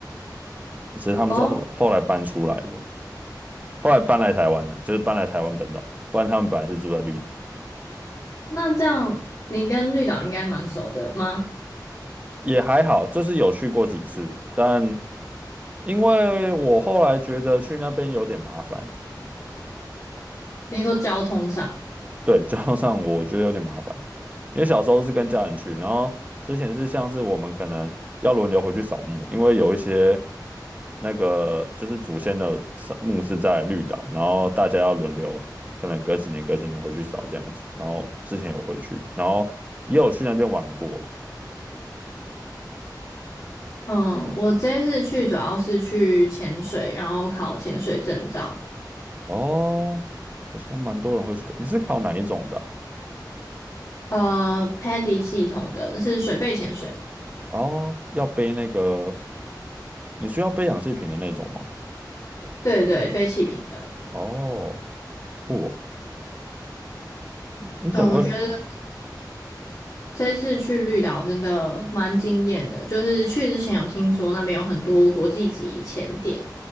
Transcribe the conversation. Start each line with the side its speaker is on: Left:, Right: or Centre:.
Right: 其实他们是后后来搬出来的，
Left: 哦，
Right: 后来搬来台湾了，就是搬来台湾本岛，不然他们本来是住在绿岛，
Left: 那这样你跟绿岛应该蛮熟的吗？
Right: 也还好，就是有去过几次，但因为我后来觉得去那边有点麻烦。
Left: 你说交通上，
Right: <laughs> 对，交通上我觉得有点麻烦，因为小时候是跟家人去，然后之前是像是我们可能要轮流回去扫墓，因为有一些那个就是祖先的扫墓是在绿岛，然后大家要轮流，可能隔几年隔几年回去扫这样子，然后之前有回去，然后也有去那边玩过。
Left: 嗯，我这次去主要是去潜水，然后考潜水证照。
Right: 哦，好像蛮多人会去，你是考哪一种的啊
Left: 呃，Paddy 系统的是水肺潜水，
Right: 哦，要背那个，你需要背氧气瓶的那种吗？
Left: 对对，背气瓶的。
Right: 哦，酷哦你怎么会？
Left: 嗯，我觉得这次去绿岛真的蛮惊艳的，就是去之前有听说那边有很多国际级潜点，